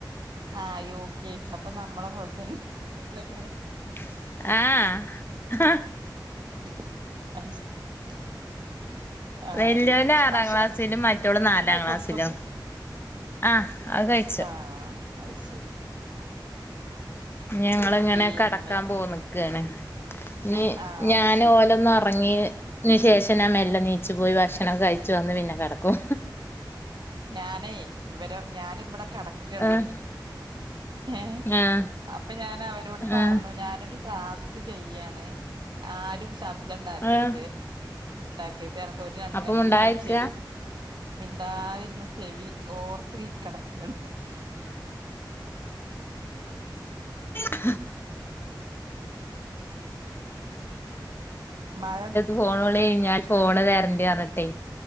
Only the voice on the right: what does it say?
ആ യു കെ ജി അപ്പോ നമ്മളെ പോലെ തന്നെ ലെ
<unintelligible> ആ
യു- ഭക്ഷണം
കഴി-
കൊടുത്തപ്പോ
ആഹ അത് ശരി
പിന്നെ
ആ
അത് ശരി
ഞാനെ ഇവരോ ഞാന് ഇത് ഇവിടെ കിടക്കാണ്
ഏ
അപ്പോ ഞാൻ അവരോട് പറഞ്ഞു
ഞാനൊരു ടാസ്ക് ചെയ്യാണ് ആരും ശബ്ദം ഉണ്ടാക്കരുത്
ഉണ്ടാക്കരത് പറഞ്ഞ്ട്ട് ഓര് രണ്
എല്ലാരും
ചെവി മിണ്ടാതിരുന്ന് ചെവി ഓർത്ത് കിടക്കാണ്. <inaudible>
മഴ